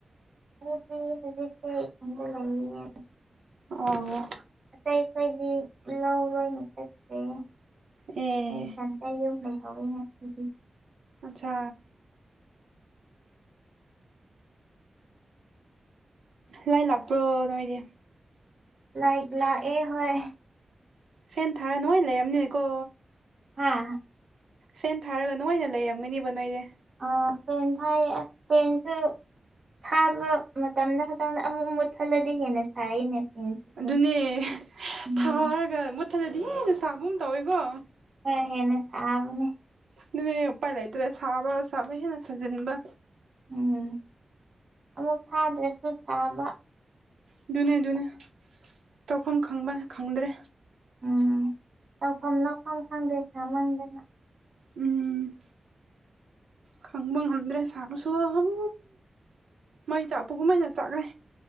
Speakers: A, on the right; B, on the right.
A: ꯑꯩꯗꯤ ꯍꯧꯖꯤꯛꯇꯤ ꯀꯗ ꯂꯩꯌꯦꯅꯦ
B: ꯑꯣ
A: ꯀꯩ ꯀꯩꯗꯤ ꯂꯥꯎ ꯔꯣꯏ ꯆꯠꯈꯔꯦ
B: ꯑꯦ
A: ꯑꯩ ꯏꯊꯟ ꯇꯥ ꯌꯨꯝ ꯂꯩꯍꯧ ꯌꯦꯅꯦ ꯉꯁꯤꯗꯤ
B: ꯑꯆꯥ ꯂꯥꯏ ꯂꯥꯛꯄ꯭ꯔꯣ ꯅꯣꯏꯗꯤ
A: ꯂꯥꯏ ꯂꯛ ꯑꯦ ꯍꯣꯏ
B: ꯐꯦꯟ ꯊꯥꯔ ꯅꯣꯏ ꯂꯩꯔꯝꯅꯤꯅꯦꯀꯣ
A: ꯍꯥꯥ
B: ꯐꯦꯟ ꯊꯥꯔꯒ ꯅꯣꯏꯅ ꯂꯩꯔꯝꯒꯅꯤꯕ ꯅꯣꯏꯗꯤ
A: ꯑ ꯐꯦꯟ ꯊꯥꯏꯌꯦ ꯐꯦꯟꯁꯨ ꯊꯥꯕ ꯃꯇꯝꯗ ꯈꯛꯇꯪꯗ ꯑꯃꯨꯛ ꯃꯨꯠ ꯊꯠꯂꯗꯤ ꯍꯦꯟꯅ ꯁꯥꯏꯅꯦ ꯐꯦꯟꯁꯤꯁꯨ
B: ꯑꯗꯨꯅꯦ
A: ꯎꯝ
B: ꯊꯥꯔꯒ ꯃꯨꯊꯠꯂꯗꯤ ꯍꯦꯟꯅ ꯁꯥꯕꯒꯨꯝ ꯇꯧꯋꯦꯀꯣ
A: ꯈꯔ ꯍꯦꯟꯅ ꯁꯥꯕꯅꯤ
B: ꯑꯗꯨꯅꯦ ꯎꯄꯥꯏ ꯂꯩꯇ꯭ꯔꯦ ꯁꯥꯕ ꯁꯥꯕ ꯍꯦꯟꯅ ꯁꯥꯖꯤꯟꯕ
A: ꯎꯝ ꯑꯃꯨꯛ ꯊꯥꯗ꯭ꯔꯁꯨ ꯁꯥꯕ
B: ꯑꯗꯨꯅꯦ ꯑꯗꯨꯅꯦ ꯇꯧꯐꯝ ꯈꯪꯕ ꯈꯪꯗ꯭ꯔꯦ
A: ꯎꯝ ꯇꯧꯐꯝ ꯂꯛꯐꯝ ꯈꯪꯗꯦ ꯁꯥꯃꯟꯗꯅ
B: ꯎꯝ ꯈꯪꯕ ꯉꯗ꯭ꯔꯦ ꯁꯥꯕꯁꯨ ꯎꯝ ꯃꯩ ꯆꯥꯛꯄ ꯀꯨꯝ ꯃꯩ ꯆꯥꯛꯈ꯭ꯔꯦ